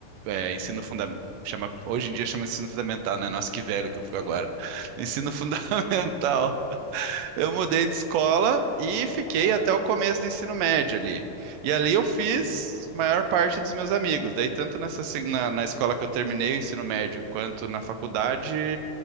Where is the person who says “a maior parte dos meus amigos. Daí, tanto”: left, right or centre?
Right